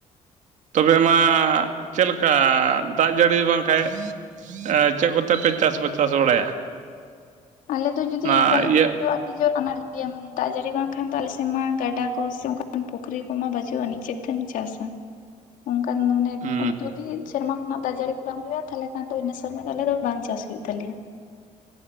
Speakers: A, on the right; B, on the left.
A: ᱛᱚᱵᱮ ᱢᱟ ᱪᱮᱫ ᱞᱮᱠᱟ ᱫᱟᱜ ᱡᱟᱹᱲᱤ ᱵᱟᱝᱠᱷᱟᱡ ᱟᱸ ᱪᱮᱫ ᱠᱚᱛᱮ ᱯᱮ ᱪᱟᱥ ᱵᱟ ᱪᱟᱥ ᱵᱟᱲᱟᱭᱟ?
B: ᱟᱞᱮ ᱫᱚ ᱡᱩᱫᱤ
A: ᱚᱱᱟ
B: ᱵᱟᱞᱮ
A: ᱤᱭᱟᱹ
B: ᱟᱹᱰᱤ ᱡᱳᱨ ᱟᱱᱟᱴ ᱜᱮᱭᱟ ᱾ ᱫᱟᱜ ᱡᱟᱹᱲᱤ ᱵᱟᱝᱠᱷᱟᱱ ᱫᱚ ᱟᱞᱮ ᱥᱮᱫ ᱢᱟ ᱜᱟᱰᱟ ᱠᱚ ᱥᱮ ᱚᱱᱠᱟᱱ ᱯᱩᱠᱷᱨᱤ ᱠᱚ ᱢᱟ ᱵᱟᱹᱪᱩᱜ ᱟᱹᱱᱤᱡ ᱪᱮᱫ ᱛᱮᱢ ᱪᱟᱥᱟ ᱚᱱᱠᱟᱱ ᱢᱟᱱᱮ
A: ᱦᱩᱸ ᱦᱩᱸ
B: ᱡᱩᱫᱤ ᱥᱮᱨᱢᱟ ᱠᱷᱚᱱᱟᱜ ᱫᱟᱜ ᱡᱟᱹᱲᱤ ᱠᱚ ᱵᱟᱝ ᱦᱩᱭᱩᱜᱼᱟ ᱛᱟᱦᱞᱮ ᱠᱷᱟᱱ ᱫᱚ ᱤᱱᱟᱹ ᱥᱮᱨᱢᱟ ᱫᱚ ᱟᱞᱮ ᱫᱚ ᱵᱟᱝ ᱪᱟᱥ ᱦᱩᱭᱩᱜ ᱛᱟᱞᱮᱭᱟ ᱾